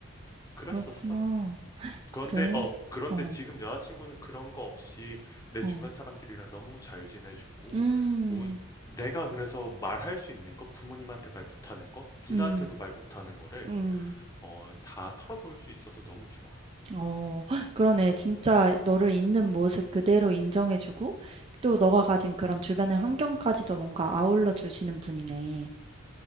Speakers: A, on the left; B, on the right.
A: 그랬었어.
B: 그렇구나. 그래.
A: 그런데, 어, 그런데
B: 어.
A: 지금 여자친구는 그런 거 없이 내
B: 어.
A: 주변 사람들이랑 너무 잘 지내주고,
B: 음.
A: 온- 내가 그래서 말할 수 있는 거, 부모님한테 말 못하는 거, 누나한테도
B: 음.
A: 말 못하는 거를,
B: 음.
A: 어, 다 털어놓을 수 있어서 너무 좋아.
B: 어. 그러네. 진짜 너를 있는 모습 그대로 인정해 주고 또 너가 가진 그런 주변의 환경까지도 뭔가 아울러 주시는 분이네.